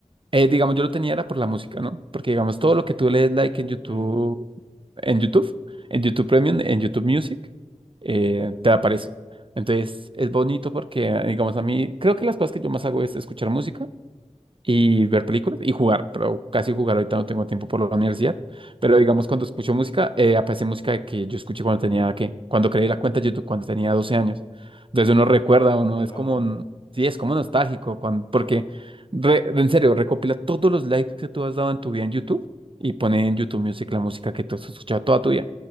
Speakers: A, on the right; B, on the left.
A: Eh, digamos, yo lo tenía era por la música, ¿no? Porque digamos, todo lo que tú lees like en YouTube,
B: Ok.
A: en YouTube, en YouTube Premium, en YouTube Music, eh, te aparece. Entonces, es bonito porque, digamos, a mí, creo que las cosas que yo más hago es escuchar música y ver películas y jugar, pero casi jugar ahorita no tengo tiempo por la universidad. Pero digamos, cuando escucho música, eh, aparece música que yo escuché cuando tenía, ¿qué? Cuando creé la cuenta de YouTube, cuando tenía 12 años. Entonces
B: Ah, pues
A: uno recuerda,
B: sí, tiene
A: uno
B: rato.
A: es como, n- sí, es como nostálgico, cuan- porque, re- en serio, recopila todos los likes que tú has dado en tu vida en YouTube y pone en YouTube Music la música que tú has escuchado toda tu vida.